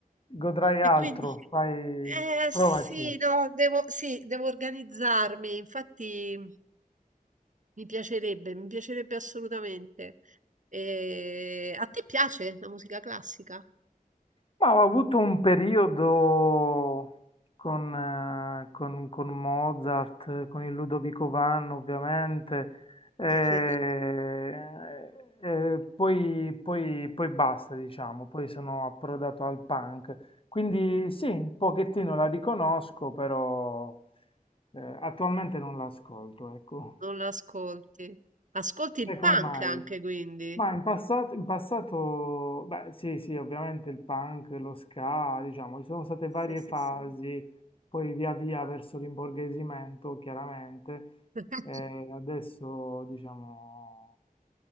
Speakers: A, on the left; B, on the right.
A: Godrai altro,
B: E quindi,
A: fai...
B: eh
A: provaci.
B: sì, no, devo, sì, devo organizzarmi, infatti... Mi piacerebbe, mi piacerebbe assolutamente. E... A te piace la musica classica?
A: Ma ho avuto un periodo con, eh, con- con Mozart, eh, con il Ludovico Vanno ovviamente, eh,
B: <laughs>
A: eh, poi, poi- poi basta, diciamo, poi sono approdato al punk. Quindi sì, un pochettino la riconosco, però eh, attualmente non l'ascolto, ecco.
B: Non l'ascolti. Ascolti il
A: E come
B: punk
A: mai?
B: anche, quindi.
A: Ma in passato, in passato, beh, sì, sì, ovviamente il punk, lo ska, diciamo, ci sono state varie
B: Sì, sì,
A: fasi,
B: sì.
A: poi via via verso l'imborghesimento, chiaramente,
B: <laughs>
A: e adesso, diciamo,